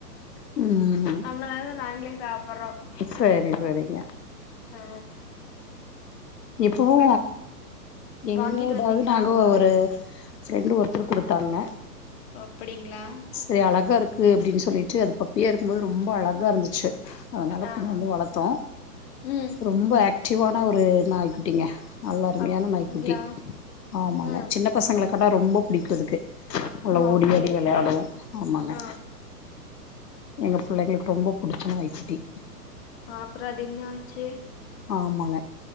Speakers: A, on the left; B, on the left.
A: ம்
B: அதனாலதா நாங்ளே சாப்டுறோ
A: சரி சரிங்க
B: அ
A: இப்பவு எங்க
B: வாங்கிட்டு வந்தீங்களா
A: டாக்கு நாங்க ஒரு ப்ரெண்டு ஒருத்தர் குடுத்தாங்க
B: அப்படிங்ளா
A: செ அழகா இருக்கு அப்டின் சொல்லிட்டு அது பப்பியா இருக்கும்போது ரொம்ப அழகா இருந்துச்சு அதனால
B: ஆ
A: கொண்டு வந்து வளத்தோ
B: ம்
A: ரொம்ப ஆக்டிவான ஒரு நாய் குட்டிங்க நல்ல அருமையான
B: அப்டிங்களா
A: நாய்க்குட்டி ஆமாங்க
B: ம்
A: சின்ன பசங்கள கண்டா ரொம்ப பிடிக்கு அதுக்கு நல்லா
B: ஆ
A: ஓடி
B: ஓகே
A: ஆடி வெளாடு ஆமாங்க
B: ஆ
A: எங்க புள்ளைங்களுக்கு ரொம்ப புடிச்ச நாய்க்குட்டி
B: ஆ அப்றோ அது என்னாச்சு
A: ஆமாங்க